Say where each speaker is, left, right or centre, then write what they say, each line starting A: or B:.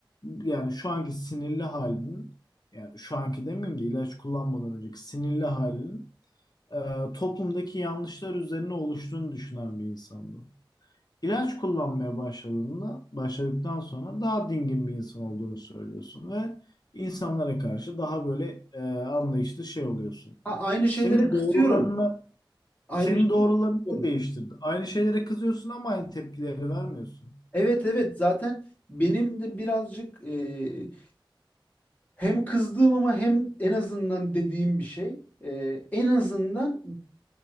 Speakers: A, on the left (about 50°); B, on the left (about 15°).
A: yani şu anki sinirli halinin yani şu anki demeyeyim de ilaç kullanmadan önceki sinirli halinin e, toplumdaki yanlışlar üzerine oluştuğunu düşünen bir insandı. İlaç kullanmaya başladığında, başladıktan sonra daha dingin bir insan olduğunu söylüyorsun ve insanlara karşı daha böyle e, anlayışlı şey oluyorsun.
B: Ha, aynı şeylere
A: Senin
B: kızıyorum.
A: doğrularını
B: Aynı
A: senin
B: şeylere
A: doğrularını
B: kızıyorum.
A: değiştirdi? Aynı şeylere kızıyorsun ama aynı tepkileri vermiyorsun.
B: Evet evet zaten benim de birazcık e, Hem kızdığım ama hem en azından dediğim bir şey. Ee, en azından